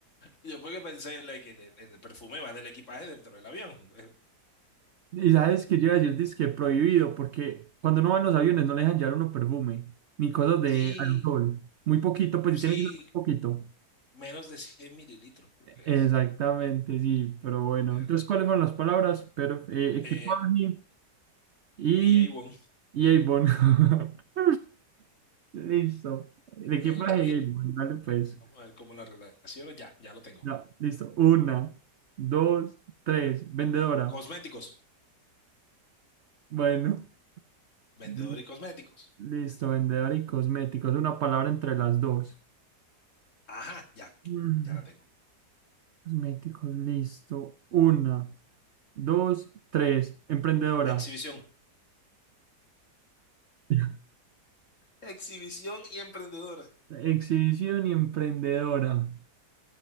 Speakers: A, on the left; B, on the right.
A: yo porque pensé like, que el, el perfume va del equipaje dentro del avión. <laughs>
B: Y sabes que yo iba a decir, dizque prohibido, porque cuando uno va en los aviones no le dejan llevar uno perfume, ni cosas de
A: Sí,
B: alcohol. Muy poquito, pues
A: sí,
B: si tiene que ser muy poquito.
A: menos de 100 mililitros creo que
B: Exactamente,
A: es.
B: sí, pero bueno.
A: Pero
B: Entonces,
A: bueno.
B: ¿cuáles fueron las palabras? Pero, eh, equipaje
A: Eh,
B: y,
A: y Avon.
B: y Avon. <laughs> Listo. El equipaje
A: Ok,
B: y Avon, dale pues.
A: vamos a ver cómo las relaciones. Ya, ya lo tengo.
B: Ya, listo. Una, dos, tres. Vendedora.
A: Cosméticos,
B: Bueno,
A: vendedor
B: ven-
A: y cosméticos.
B: listo, vendedora y cosméticos. Una palabra entre las dos.
A: Ajá, ya,
B: Mm,
A: ya la tengo.
B: Cosméticos, listo. Una, dos, tres. Emprendedora.
A: Exhibición.
B: <laughs>
A: Exhibición y emprendedora.
B: Exhibición y emprendedora.